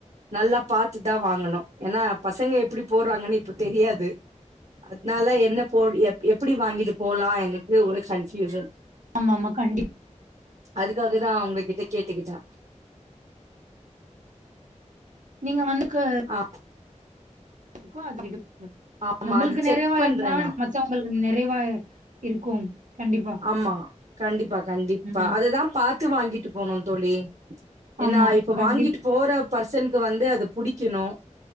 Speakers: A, on the right; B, on the right.
A: நல்லா பாத்து தா வாங்கணு ஏனா பசங்க எப்டி போடுறாங்கன்னு இப்ப தெரியாது நாயெல்லா என்ன போ எப்டி வாங்கிட்டு போல எனக்கு ஒரு கன்பியூஷன்
B: ஆமா ஆமா கண்டிப்
A: அதுக்காக தா அவங்ககிடகேட்டுக்கிட்டான்
B: நீங்க வந்துக்கு
A: ஆ
B: <unintelligible>
A: ஆமா
B: நம்மளுக்கு
A: அது
B: நெறைவா
A: செக் பண்றேன்
B: இருந்தா
A: நான்.
B: ச்ச உங்களுக்கு நெறைவா இருக்கு கண்டிப்பா
A: ஆமா கண்டிப்பா கண்டிப்பா
B: ம்
A: அதுதா பாத்து வாங்கிட்டு போனு தோழி என்னா
B: ஆமா
A: இப்ப
B: கண்டிப்பா
A: வாங்கிட்டு போற பர்சனுக்கு வந்து அது புடிக்கணு